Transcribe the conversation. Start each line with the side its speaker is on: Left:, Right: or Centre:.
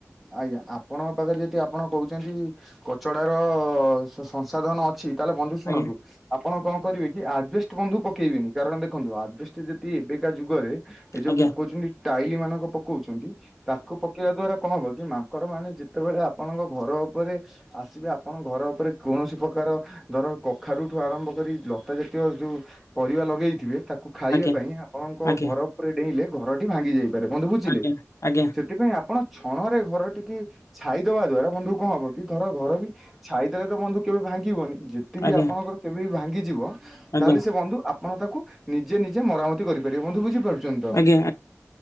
Centre: ଆଜ୍ଞା ଆପଣଙ୍କ ପାଖରେ ଯଦି ଆପଣ କହୁଚନ୍ତି କଚଡାର ସ ସଂସାଦନ ଅ ଛି ତାହେ ହେଲେ ବନ୍ଧୁ ଶୁଣନ୍ତୁ
Left: ଆଜ୍ଞା
Centre: ଆପଣ କଣ କରିବେ କି ଆଡବେଷ୍ଟ ବନ୍ଧୁ ପକେଇବେନି କାରଣ ଦେଖନ୍ତୁ ଆବେଷ୍ଟ ଯଦି ଏବେକା ଯୁଗରେ ଏ ଯୋଉ
Left: ଆଜ୍ଞା
Centre: ପକଉଚନ୍ତି ଟାଇଲି ମାନଙ୍କ ପକଉଚନ୍ତି ତାକୁ ପକେଆ ଦ୍ଵାରା କଣ ହରଚି ମାଙ୍କଡ ମାନେ ଯେତେବେଳେ ଆପଣଙ୍କ ଘର ଉପରେ ଆସିବେ ଆପଣ ଘର ଉପରେ କୌଣସି ପ୍ରକାର ଧର କଖାରୁଠୁ ଆରମ୍ଭ କରି ଲତା ଜାତୀୟ ଯୋଉ ପରିବା ଲଗେଇଥିବେ ତାକୁ
Left: ଆଜ୍ଞା
Centre: ଖାଇବା ପାଇଁ ଆପଣଙ୍କ
Left: ଆଜ୍ଞା
Centre: ଘର ଉପରେ ଡେଇଁଲେ ଘରଟି ଭାଙ୍ଗି ଯାଇପାରେ। ବନ୍ଧୁ ବୁଝିଲେ?
Left: ଆଜ୍ଞା ଆଜ୍ଞା।
Centre: ସେଥିପାଇଁ ଆପଣ ଛଣ ରେ ଘର ଟିକି ଛାଇଦବା ଦ୍ଵାରା ବନ୍ଧୁ କଣ ହବ କି ଧର ଘର ବି ଛାଇଦେଲେ ତ ବନ୍ଧୁ କେବେ ଭାଙ୍ଗିବନି ଯେତି ବିି
Left: ଆଜ୍ଞା
Centre: ଆପଣଙ୍କର କେବେ ବିି ଭାଙ୍ଗିଯିବ
Left: ଆଜ୍ଞା ଆଜ୍ଞା
Centre: ତାହେଲେ ସେ ବନ୍ଧୁ ଆପଣ ତାକୁ ନିଜେ ନିଜେ ମରାମତି କରିପାରିବେ। ବନ୍ଧୁ ବୁଝିପାରୁ ଚନ୍ତି ତ
Left: ଆଜ୍ଞା